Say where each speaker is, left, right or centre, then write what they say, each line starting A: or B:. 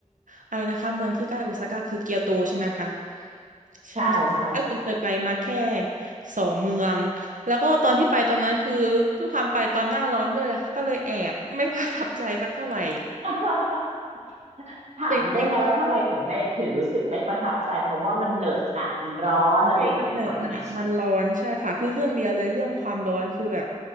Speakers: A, on the right; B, on the right.
A: อะไรนะคะเมืองที่ใกล้โอซาก้าคือเกียวโตใช่ไหมคะ ใช่ใช่ก็คือเคยไปมาแค่
B: ใช่ใช่ค่ะ
A: สองเมือง แล้วก็ตอนที่ไปตอนนั้นคือทุกครั้งไปตอนหน้าร้อนด้วยแหละค่ะก็เลยแอบไม่ <laughs> ประทับใจสักเท่าไหร่
B: <laughs> ถามได้ไหมว่าทำไมถึงไม่ถึงรู้สึกไม่ประทับใจเพราะว่ามันเหนอะหนะมันร้อนอะไรอย่างเงี้ยหรือว่ายังไง
A: จริงๆ ใช่มันเหนอะหนะมันร้อนใช่ค่ะคือเรื่องเดียวเลยเรื่องความร้อนคือแบบ